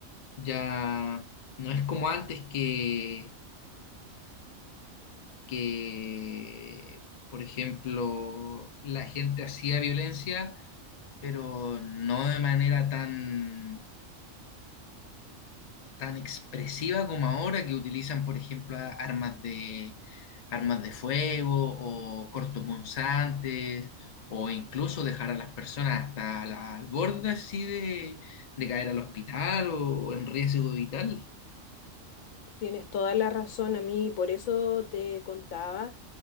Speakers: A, on the left; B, on the left.
A: Ya no es como antes que, que, por ejemplo, la gente hacía violencia, pero no de manera tan, tan expresiva como ahora, que utilizan, por ejemplo, a- armas de, armas de fuego o cortopunzantes, o incluso dejar a las personas hasta la- al borde así de, de caer al hospital o en riesgo vital.
B: Tienes toda la razón a mí, por eso te contaba